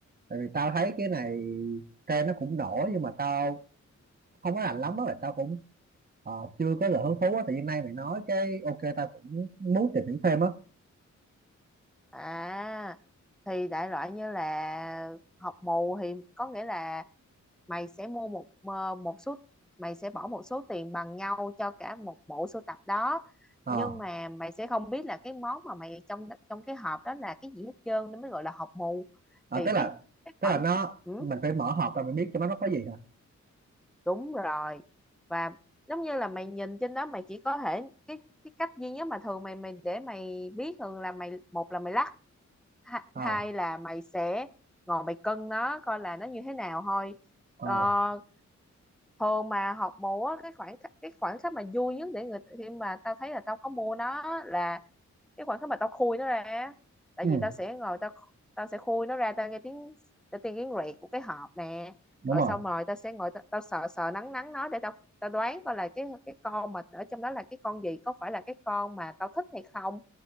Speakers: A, on the right; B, in the centre.
A: Tại vì tao thấy cái này trend nó cũng nổi nhưng mà tao không có rành lắm á, và tao cũng ờ, chưa có lời hứng thú á. Tại vì nay mày nói cái ok tao cũng muốn tìm hiểu thêm á.
B: à thì đại loại như là học mù thì có nghĩa là mày sẽ mua một ờ, một số mày sẽ bỏ một số tiền bằng nhau cho cả một bộ sưu tập đó
A: Ờ.
B: nhưng mà mày sẽ không biết là cái món mà mày trong trong cái hộp đó là cái gì hết trơn nên mới gọi là hộp mù
A: à,
B: thì
A: tức
B: cái
A: là
B: cái
A: tức
B: khoản
A: là nó
B: ừ,
A: mình phải mở hộp ra mình biết cho nó nó có gì hả
B: đúng rồi và giống như là mày nhìn trên đó mày chỉ có thể cái cái cách duy nhất mà thường mày mày để mày biết thường là mày một là mày lắc ha-
A: à,
B: hai là mày sẽ ngồi mày cân nó coi là nó như thế nào thôi
A: à,
B: ờ, thường mà học múa cái khoảng khắc, cái khoảng khắc mà vui nhất để người khi mà tao thấy là tao có mua nó là cái khoảnh khắc mà tao khui nó ra á, tại
A: ừ,
B: vì tao sẽ ngồi tao tao sẽ khui nó ra tao nghe tiếng tao nghe tiếng rẹt của cái hộp nè
A: đúng
B: rồi
A: rồi
B: xong rồi tao sẽ ngồi tao, tao sờ sờ nắng nắng nó để tao tao đoán coi là cái cái con mà ở trong đó là cái con gì có phải là cái con mà tao thích hay không